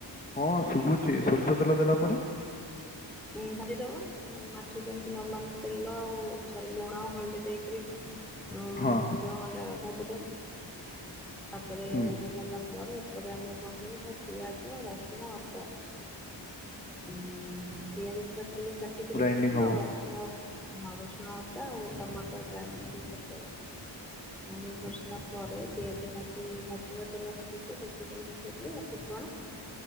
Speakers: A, on the left; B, in the centre.
A: ହଁ ଶୁଭୁଛି ସୋରିଷ ତେଲ ଦେଲା ପରେ?
B: ହୁଁ ଭାଜିଦବ ମାଛ ଯେମିତି ନର୍ମାଲ ତେଲ ଆଉ ଲୁଣ ହଳଦୀ ଦେଇକିରି ଯୋଉ
A: ହଁ
B: ହେଲା ଭାଜିଦବ। ତାପରେ
A: ହୁଁ
B: ଭାଜି ସାରିଲା ପରେ, ଏପଟ ଆମେ କଣ କରିବୁ ନା ପିଆଜ ରସୁ ଶୁଣ, ଅଦା। ଉଁ ପିଆଜ ଟା ଖାଲି କାଟିକି
A: ଗ୍ରାଇଣ୍ଡିଙ୍ଗ
B: ରଖିବ
A: ହବ
B: ଆଉ ରସୁଣ ହଁ ରସୁଣ ଆଦା ଆଉ ଟମାଟ ଗ୍ରାଇଣ୍ଡିଙ୍ଗ କରିଦବ। ଗ୍ରାଇଣ୍ଡିଙ୍ଗ କରିସାରିଲା ପରେ ପିଆଜ ଭାଜି ଭାଜିବା ତେଲ ପକେଇକି, ସୋରିଷ ତେଲ ପକେଇକି ଆଉ ଫୁଟଣ